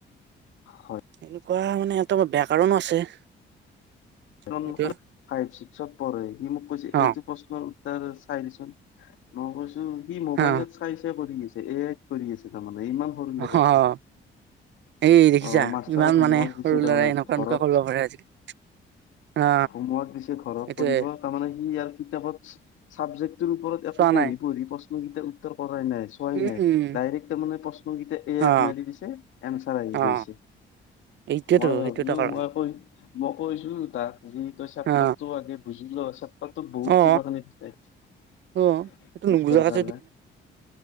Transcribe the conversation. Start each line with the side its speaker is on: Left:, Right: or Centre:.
Left: হয়
Right: এনেকুৱা মানে এটা বেয়া কাৰণো আছে।
Left: ডনবস্কত
Right: সেইটো
Left: ফাইভ ছিক্সত পঢ়ে, সি মোক কৈছে
Right: অ
Left: এইটো প্ৰশ্নৰ উ ত্তৰ চাই দেচোন। মই কৈছো সি মোবাইলত
Right: অ
Left: চাই চাই কৰি নিছে এ আই ত কৰি নিছে। তাৰ মানে, ইমান সৰু
Right: অ
Left: ল'ৰা এটাই।
Right: এই দেখিছা
Left: অ মাষ্টাৰে
Right: ইমান
Left: হোমৱৰ্ক
Right: মানে সৰু
Left: দিছিলে
Right: ল'ৰাই
Left: মানে
Right: এনেকুৱা
Left: ঘৰত,
Right: এনেকুৱা কৰিব পাৰে আজিকালি অ
Left: হোমৱৰ্ক দিছে ঘৰত
Right: সেইটোয়ে
Left: কৰিব। তাৰমানে সি ইয়াৰ কিতাপত চাবজেক্টটোৰ ওপৰত একো
Right: চোৱা
Left: পঢ়ি
Right: নাই
Left: পঢ়ি প্ৰশ্নকেইটাৰ উত্তৰ কৰাই নাইছো। চোৱাই
Right: উম
Left: নাই
Right: উম
Left: ডাইৰেক্ট তাৰমানে প্ৰশ্নকেইটা এ আইত
Right: অ
Left: মাৰি দিছে, এনছাৰ আহি
Right: অ
Left: গৈছে।
Right: এইটোয়েতো
Left: মই ভাবিলো
Right: সেইটো এটা কাৰণ
Left: মই পঢ়িম। মই কৈছিলো তাক, যে তই চেপ্তাৰটো
Right: অ
Left: আগে বুজিল', চে প্তাতো বহুত
Right: অ
Left: কিবাকিবি থাকে
Right: অ সেইটো
Left: বুজিবৰ
Right: নুবুজাকে
Left: কাৰণে।